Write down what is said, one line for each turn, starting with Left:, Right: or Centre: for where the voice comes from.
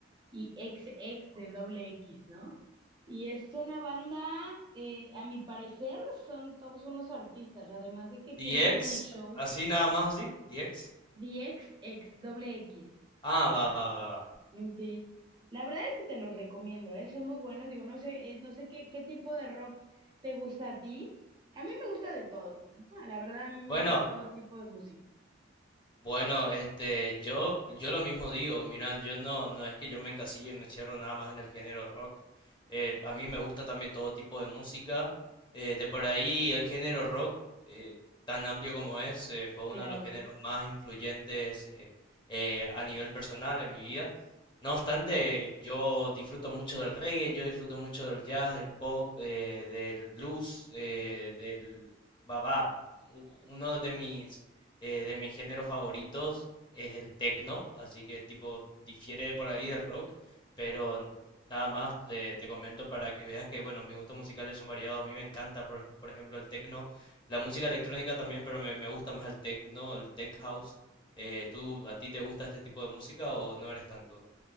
Right: y X, X de doble X, ¿no? Y es una banda, eh, a mi parecer, son todos unos artistas, además de que
Left: D
Right: tienen
Left: X,
Right: un show
Left: así nada más así, D X.
Right: d x x doble X,
Left: Ah, va, va, va, va.
Right: Mm, Sí, la verdad es que te los recomiendo, ¿eh? Son muy buenos. Digo, no sé, eh, no sé qué, qué tipo de rock te gusta a ti. A mí me gusta de todo, ¿no? La verdad, a mí me
Left: Bueno,
Right: gusta de todo tipo de música.
Left: Bueno, este, yo, yo lo mismo digo, miran, yo no, no es que yo me encasillo y me encierro nada más en el género rock. Eh, a mí me gusta también todo tipo de música. Eh, de por ahí el género rock, eh, tan amplio como es, eh, fue
Right: Claro.
Left: uno de los géneros más influyentes eh, eh, a nivel personal en mi vida. No obstante, yo disfruto mucho del reggae, yo disfruto mucho del jazz, del pop, eh, del blues, eh, del... Va, va, u- uno de mis eh, de mis géneros favoritos es el techno, así que tipo difiere por ahí del rock, pero nada más te, te comento para que veas que bueno, mis gustos musicales son variados, a mí me encanta por, ej- por ejemplo el techno, la música electrónica también, pero me, me gusta más el techno, el tech house. Eh, ¿tú a ti te gusta este tipo de música o no eres tanto?